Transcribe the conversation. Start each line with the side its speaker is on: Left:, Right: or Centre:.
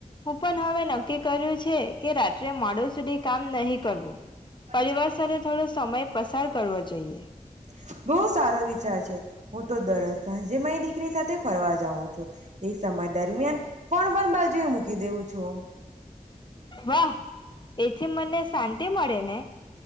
Left: હું પણ હવે નક્કી કર્યું છે કે, રાત્રે મોડુ સુધી કામ નહી કરવું.
Right: <inaudible>
Left: પરિવાર સાથે થોડો સમય પસાર કરવો જોઈએ
Right: બોવ સારો વિચાર છે. હું તો દરોજ સાંજે માઈ દીકરી સાથે ફરવા જાઉં છું. એ સમય દરમિયાન ફોણ પણ બાજુ એ મૂકી દેવું છું. <inaudible>
Left: વાહ એથી મને શાંતિ મળે ને